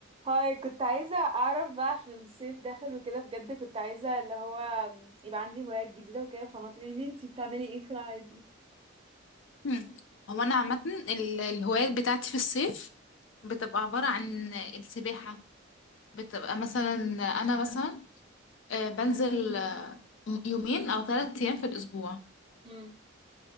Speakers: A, on the right; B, on the left.
A: هاي كنت عايزة أعرف بقى عشان الصيف داخل وكده بجد كنت عايزة اللي هو يبقى عندي هوايات جديدة وكده فما تقوليلي انتي بتعملي ايه في العادي
B: مم. هو انا عامه ال- الهوايات بتاعتي في الصيف بتبقى عباره عن السباحه بتبقى مثلا انا مثلا آه، بنزل آه، يومين او ثلاث ايام في الاسبوع
A: مم.